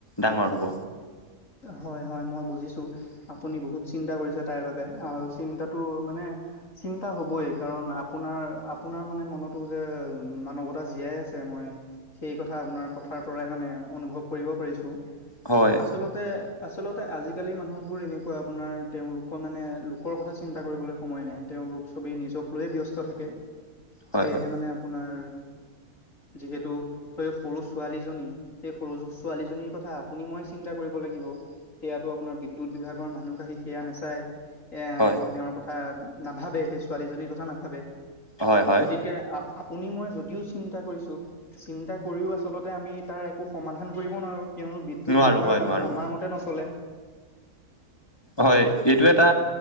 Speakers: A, on the left; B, on the left.
A: ডাঙৰ হ'ব।
B: হয় হয় মই বুজিছো। আপুনি বহুত চিন্তা কৰিছে তাইৰ বাবে আৰু চিন্তাটো মানে চিন্তা হ'বই কাৰণ আপোনাৰ আপোনাৰ মানে মনতো যে মানৱতা জীয়াই আছে মই সেই কথা আপোনাৰ কথাৰ পৰাই মানে অনুভৱ কৰিব পাৰিছো
A: হয়
B: আচলত তে আচলতে আজিকালি মানুহবোৰ এনেকুৱা আপোনাৰ তেওঁলোকৰ মানে লোকৰ কথা চিন্তা কৰিবলৈ সময় নাই। তেওঁলোক সবেই নিজক লৈয়ে ব্যস্ত থাকে
A: হয়
B: সেয়েহে
A: হয়
B: মানে আপোনাৰ যিহেতু স সৰু ছোৱালীজনী সেই সৰু ছোৱালীজনীৰ কথা আপুনি মই চিন্তা কৰিব লাগিব। সেয়াতটো আপোনাৰ বিদ্যুৎ বিভাগৰ মানুহ আহি সেয়া নাচায় এ
A: হয়
B: তেওঁৰ কথা নাভাবে সেই ছোৱালীজনীৰ কথা নাভাবে
A: হয় হয়
B: গতিকে আ আপুনি মই যদিও চিন্তা কৰিছোঁ চিন্তা কৰিও আচলতে আমি তাৰ একো সমাধান কৰিব নোৱাৰো কিয়নো বিদ্যুৎ
A: নোৱাৰো
B: বিভাগ
A: হয় নোৱাৰো
B: আমাৰ মতে নচলে
A: হয় এইটো এটা